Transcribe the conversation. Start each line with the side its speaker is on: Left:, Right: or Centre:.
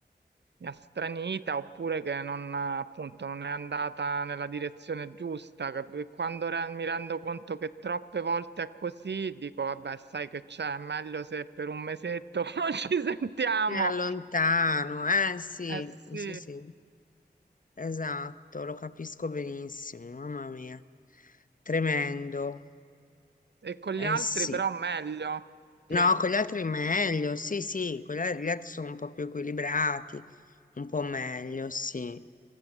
Right: mi ha stranita oppure che non, appunto, non è andata nella direzione giusta. cap- e Quando re- mi rendo conto che troppe volte è così, dico, vabbè, sai che c'è, è meglio se per un mesetto <laughs> non ci sentiamo.
Left: Ti allontano, eh sì,
Right: Eh sì,
Left: sì, sì, esatto, lo capisco benissimo, mamma mia, tremendo,
Right: e con gli
Left: eh
Right: altri
Left: sì.
Right: però meglio. Sì.
Left: No, con gli altri meglio, sì, sì, con gli al- gli altri sono un po' più equilibrati, un po' meglio, sì.